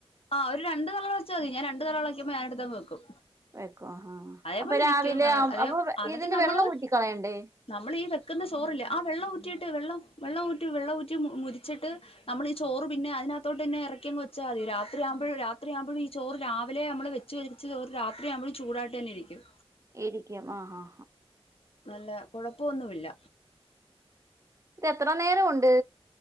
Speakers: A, on the left; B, on the right.
A: ആ ഒരു രണ്ട് നാളച്ചാ മതി ഞാ രണ്ടണ്ട് തളക്ക്പോ ഞാനടുത്തങ്‌ വെക്കും.
B: വെക്കോ ആ
A: അതേപോലെ
B: അപ്പൊ രാവിലെ
A: ഇരിക്കും അതേ
B: അപ്പൊ
A: എന്നിട്ട്
B: ഇതിന്റെ
A: നമ്മള്
B: വെള്ളം ഊറ്റിക്കളയണ്ടേ.
A: നമ്മൾ ഈ വെക്കുന്ന ചോറില്ലേ ആ വെള്ളം ഊറ്റിയിട്ട് വെള്ളം വെള്ളംഊറ്റി വെള്ള ഊറ്റി മുരിച്ചിട്ട് നമ്മൾ ചോറ് പിന്നെ അതിനകോട്ട്ന്നെ ഇറക്കിവച്ചാ മതി രാത്രി രാത്രയാകുമ്പോഴും രാത്രിയാുമ്പോഴും ഈ ചോറ് രാവിലെ നമ്മള് വെച്ച് വലി ചോറ് രാത്രിയാകുമ്പോഴും ചൂടായിട്ട് തന്നെ ഇരിക്കും.
B: ഇരിക്കും ആഹാ
A: നല്ല കുഴപ്പൊന്നും ഇല്ല.
B: ഇതെത്ര നേര ഒണ്ട്